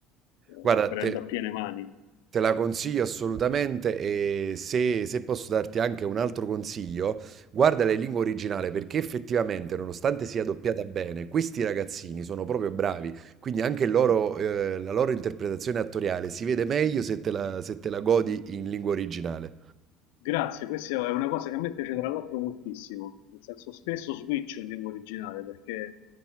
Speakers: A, on the left; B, on the right.
A: eh,
B: Guarda,
A: prendo
B: te,
A: a piene mani.
B: Te la consiglio assolutamente e se, se posso darti anche un altro consiglio, guardala in lingua originale perché effettivamente, nonostante sia doppiata bene, questi ragazzini sono proprio bravi, quindi anche il loro, eh, la loro interpretazione attoriale si vede meglio se te la, se te la godi in lingua originale.
A: Grazie, questa è una cosa che a me piace tra l'altro moltissimo, nel senso spesso switcho in lingua originale perché